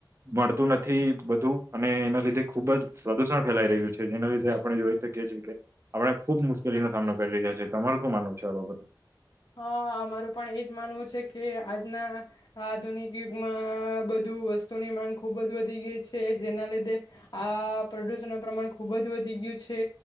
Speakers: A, on the right (about 35°); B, on the left (about 65°).
A: મળતું નથી બધું, અને એના લીધે ખુબ જ પ્રદુષણ ફેલાઈ રહ્યું છે જેના લીધે આપણે જોઈ શકીએ છીએ કે આપણે ખુબ મુશ્કેલીનો સામનો કરી રહ્યા છીએ. તમારું શું માનવું છે આ બાબતે?
B: હા અમારું પણ એજ માનવું છે કે આજના આધુનિક યુગમાં બધું વસ્તુની માંગ ખુબ જ વધી ગઈ છે. જેના લીધે આ પ્રદુષણનું પ્રમાણ ખુબ જ વધી ગયું છે.